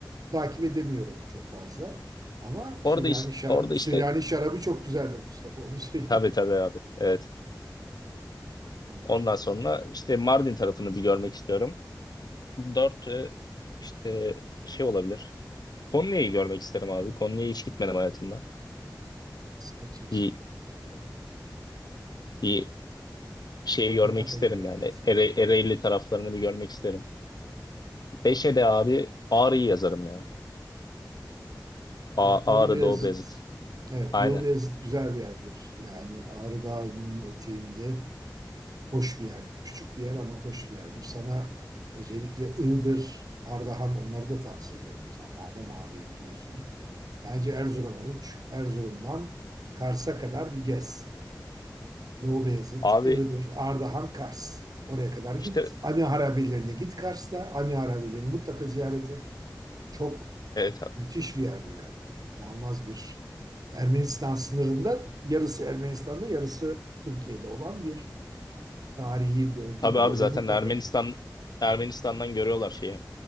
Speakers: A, on the right; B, on the left.
A: takip edemiyorum çok fazla. Ama
B: Orada
A: Süryani,
B: işte,
A: şara-
B: orada
A: Süryani
B: işte
A: şarabı çok güzeldir Mustafa. Onu <laughs> söyleyeyim.
B: tabii tabii abi. Evet.
A: Evet,
B: Ondan
A: çok
B: sonra
A: güzeldir.
B: işte Mardin tarafını bir görmek istiyorum. Dört e, işte şey olabilir. Konya'yı görmek isterim abi. Konya'ya hiç gitmedim hayatımda.
A: Siz kaçırırsın.
B: Bir
A: Çok güzel bir yer.
B: bir şeyi görmek
A: Mutlaka
B: isterim
A: gitmek
B: yani.
A: lazım.
B: Ere, Ereğli taraflarını bir görmek isterim. Beşe de abi Ağrı'yı yazarım ya. A,
A: Evet. Doğu
B: Ağrı
A: Beyazıt.
B: Doğu Beyazıt.
A: Evet.
B: Aynen.
A: Doğu Beyazıt güzel bir yerdir. Yani Ağrı Dağı'nın eteğinde. Hoş bir yerdir. Küçük bir yer ama hoş bir yerdir. Sana özellikle Iğdır, Ardahan onları da tavsiye ederim hocam. Madem Ağrı'ya gidiyorsun. Bence Erzurum'a uç. Erzurum'dan Kars'a kadar bir gez. Doğu Beyazıt,
B: Abi
A: Iğdır, Ardahan, Kars. Oraya kadar git.
B: işte
A: Ani Harabelerine git Kars'ta. Ani Harabelerini mutlaka ziyaret et. Çok
B: evet
A: müthiş bir yer yani. İnanılmaz bir Ermenistan sınırında yarısı Ermenistan'da yarısı Türkiye'de olan bir tarihi bölgedir.
B: Tabii abi
A: Orayı
B: zaten
A: mutlaka
B: Ermenistan Ermenistan'dan görüyorlar şeyi.